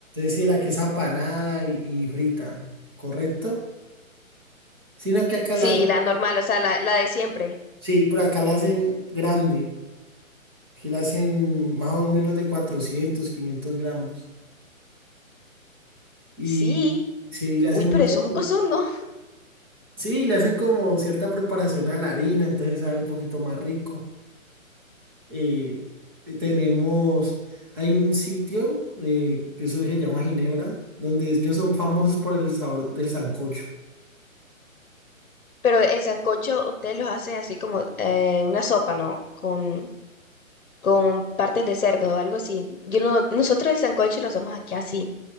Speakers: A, on the right; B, on the left.
A: sí, la que es apanada y, y frita, ¿correcto? Sino que acá
B: Sí,
A: la...
B: la normal, o sea, la, la de siempre.
A: Sí, pero acá la hacen grande. que la hacen más o menos de cuatrocientos quinientos gramos. Y
B: Sí.
A: sí, le hacen
B: Uy, pero
A: un topping.
B: eso es un cosón, ¿no?
A: Sí, le hacen como cierta preparación a la harina, entonces sabe un poquito más rico. Eh, eh, tenemos, hay un sitio eh, que eso se llama Ginebra, donde ellos son famosos por el sabor del sancocho.
B: Pero el sancocho ustedes los hacen así como eh, una sopa, ¿no? Con, con partes de cerdo o algo así. Yo no, nosotros el sancocho lo hacemos aquí así.